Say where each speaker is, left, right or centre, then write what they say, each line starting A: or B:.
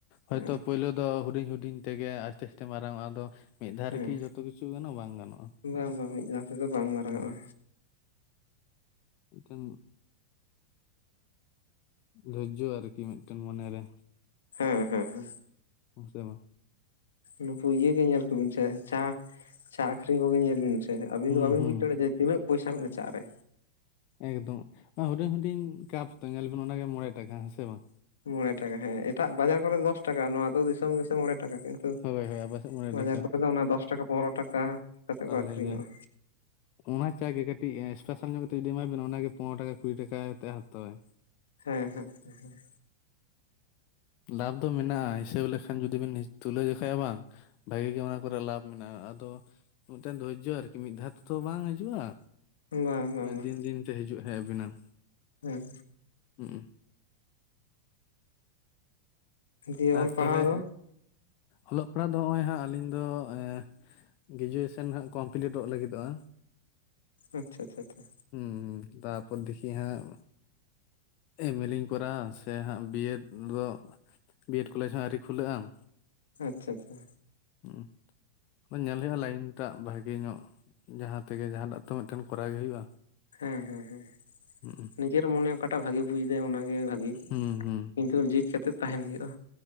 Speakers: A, on the left; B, on the left.
A: ᱦᱮᱸ
B: ᱦᱚᱳᱭᱛᱳ ᱯᱳᱭᱞᱳ ᱫᱚ ᱦᱩᱰᱤᱧ ᱦᱩᱰᱤᱧ ᱛᱮᱜᱮ ᱟᱥᱛᱮ ᱟᱥᱛᱮ ᱢᱟᱨᱟᱝᱚᱜᱼᱟ ᱟᱫᱚ ᱢᱤᱫ ᱫᱷᱟᱣ
A: ᱦᱮᱸ
B: ᱨᱮᱠᱤ ᱡᱚᱛᱚ ᱠᱤᱪᱷᱩ ᱜᱟᱱᱚᱜ ᱵᱟᱝ ᱜᱟᱱᱚᱜᱼᱟ
A: ᱵᱟᱝ ᱵᱟᱝ ᱢᱤᱫ ᱫᱷᱟᱣ ᱛᱮᱫᱚ ᱵᱟᱝ ᱢᱟᱨᱟᱝᱚᱜᱼᱟ
B: ᱦᱩᱸ <unintelligible> ᱢᱤᱴᱟ, ᱜ ᱫᱷᱳᱨᱡᱚ ᱟᱨᱠᱤ ᱢᱤᱫᱴᱮᱱ ᱢᱚᱱᱮᱨᱮ
A: ᱦᱮᱸ ᱦᱮᱸ ᱦᱮᱸ
B: ᱦᱮᱸ ᱥᱮ ᱵᱟᱝ
A: ᱱᱩᱠᱩ ᱤᱭᱟᱹ ᱜᱮ ᱧᱮᱞ ᱠᱚᱵᱤᱱ ᱥᱮ ᱪᱟ ᱪᱟ ᱟᱹᱠᱷᱨᱤᱧ ᱠᱚᱜᱮ ᱧᱮᱞ ᱵᱤᱱ ᱥᱮ ᱟᱵᱤᱱ
B: ᱦᱩᱸ
A: ᱫᱚ ᱵᱟᱤᱱ
B: ᱦᱩᱸ
A: ᱵᱩ ᱫᱟᱲᱭᱟᱜᱼᱟᱮ ᱛᱤᱱᱟᱹᱜ ᱯᱚᱭᱥᱟ ᱢᱮᱱᱟᱜᱼᱟ ᱪᱟ ᱨᱮ
B: ᱮᱠᱫᱚᱢ ᱦᱩᱰᱤᱧ ᱦᱩᱰᱤᱧ ᱠᱟᱯᱚ ᱧᱮᱞ ᱵᱮᱤᱱ ᱚᱱᱟᱜᱮ ᱢᱚᱬᱮ ᱴᱟᱠᱟ ᱦᱮᱸ ᱥᱮ ᱵᱟᱝ
A: ᱢᱚᱬᱮ ᱴᱟᱠᱟ ᱦᱮᱸ ᱮᱴᱟᱜ ᱵᱟᱡᱟᱨ ᱠᱚᱨᱮ ᱫᱚᱥ ᱴᱟᱠᱟ ᱱᱚᱣᱟ ᱫᱚ ᱫᱤᱥᱚᱢ ᱜᱮᱥᱮ ᱢᱚᱬᱮ ᱴᱟᱠᱟ ᱠᱤᱱᱛᱩ
B: ᱦᱳᱭ ᱦᱳᱭ ᱟᱯᱮᱥᱮᱫ ᱢᱚᱬᱮ
A: ᱵᱟᱡᱟᱨ
B: ᱴᱟᱠᱟ
A: ᱠᱚᱨᱮ ᱫᱚ ᱚᱱᱟ ᱫᱚᱥ ᱴᱟᱠᱟ ᱯᱚᱱᱮᱨᱚ ᱴᱟᱠᱟ ᱠᱟᱛᱮ
B: ᱛᱦᱞᱮ
A: ᱠᱚ ᱟᱠᱷᱨᱤᱧᱚᱜᱼᱟ
B: ᱜᱮ ᱚᱱᱟ ᱪᱟᱜᱮ ᱠᱟᱹᱴᱤᱡ ᱮ ᱥᱯᱮᱥᱟᱞ ᱧᱚᱜ ᱠᱟᱛᱮᱮᱫ ᱡᱩᱫᱤ ᱮᱢᱟ ᱵᱮᱱ ᱚᱱᱟᱜᱮ ᱯᱚᱱᱮᱨᱚ ᱴᱟᱠᱟ ᱠᱩᱲᱤ ᱴᱟᱠᱟ ᱠᱟᱛᱮ ᱦᱟᱛᱟᱣᱟᱭ
A: ᱦᱮᱸ ᱦᱮᱸ ᱦᱮᱸ
B: ᱞᱟᱵᱷ ᱫᱚ ᱢᱮᱱᱟᱜᱼᱟ ᱦᱤᱥᱟᱹᱵ ᱞᱮᱠᱷᱟᱱ ᱡᱩᱫᱤ ᱵᱮᱱ ᱛᱩᱞᱟᱹᱣ ᱡᱚᱠᱷᱷᱟ ᱵᱟᱝ ᱵᱷᱟᱜᱮ ᱜᱮ ᱚᱱᱟ ᱠᱚᱨᱮ ᱞᱟᱵᱷ ᱢᱮᱱᱟᱜᱼᱟ ᱟᱫᱚ ᱢᱤᱫᱴᱮᱱ ᱫᱷᱳᱨᱡᱚ ᱟᱨᱠᱤ ᱢᱤᱫ ᱫᱷᱟᱣ ᱛᱮᱛᱚ ᱵᱟᱝ ᱦᱤᱡᱩᱜᱼᱟ
A: ᱵᱟᱝ ᱵᱟᱝ ᱵᱟᱝ
B: ᱫᱤᱱ ᱫᱤᱱ ᱦᱤᱡᱩᱜ ᱦᱮᱸ ᱟᱵᱤᱱᱟᱢ
A: <unintelligible> ᱦᱮᱸ
B: ᱦᱩᱸ
A: ᱫᱤᱭᱮ ᱚᱞ
B: ᱟᱨ
A: ᱯᱟᱲᱦᱟᱣ
B: ᱛᱟᱦᱞᱮ
A: ᱫᱚ
B: ᱚᱞᱚᱜ ᱯᱟᱲᱦᱟᱜ ᱫᱚ ᱱᱚᱜᱼᱚᱭ ᱦᱟᱜ ᱟᱹᱞᱤᱧ ᱫᱚ ᱮ ᱜᱨᱮᱡᱩᱭᱮᱥᱚᱱ ᱦᱟᱸᱟᱜ ᱠᱚᱢᱯᱤᱞᱤᱴᱚᱜ ᱞᱟᱹᱜᱤᱫᱚᱜᱼᱟ᱾
A: ᱟᱪᱪᱷᱟ ᱟᱪᱪᱷᱟ ᱟᱪᱪᱷᱟ
B: ᱦᱩᱸ ᱦᱩᱸ ᱛᱟᱨᱯᱚᱨ ᱫᱤᱠᱤ ᱦᱟᱸᱜ ᱮᱢᱮᱞᱤᱧ ᱠᱚᱨᱟᱣᱟ ᱥᱮ ᱦᱟᱸᱜ ᱵᱤᱭᱮᱰ ᱫᱚ ᱵᱤᱮᱰ ᱠᱚᱞᱮᱡᱽ ᱦᱚᱸ ᱟᱹᱣᱨᱤ ᱠᱷᱩᱞᱟᱹᱜ ᱟᱢ
A: ᱟᱪᱪᱷᱟ ᱟᱪᱪᱷᱟ
B: ᱦᱩᱸ ᱚᱱᱠᱟ ᱧᱮᱞ ᱦᱩᱭᱩᱜᱼᱟ ᱞᱟᱭᱤᱱ ᱴᱟᱜ ᱵᱷᱟᱜᱮ ᱧᱚᱜ ᱡᱟᱦᱟᱸ ᱛᱮᱜᱮ ᱡᱟᱦᱟᱸᱴᱟᱜ ᱛᱚ ᱢᱤᱫᱴᱮᱱ ᱠᱚᱨᱟᱣ ᱜᱮ ᱦᱩᱭᱩᱜᱼᱟ᱾
A: ᱦᱮᱸ ᱦᱮᱸ ᱦᱮᱸ
B: ᱦᱩᱸ
A: ᱱᱤᱡᱮᱨ ᱢᱚᱱᱮ ᱚᱠᱟᱴᱟᱜ ᱵᱷᱟᱜᱤ ᱵᱩᱡᱫᱟᱭ ᱚᱱᱟᱜᱮ ᱵᱷᱟᱜᱤ᱾
B: ᱦᱩᱸ ᱦᱩᱸ
A: ᱫᱩᱭᱟᱨ ᱡᱷᱤᱡ ᱠᱟᱛᱮᱫ ᱛᱟᱦᱮᱱ ᱦᱩᱭᱩᱜᱼᱟ᱾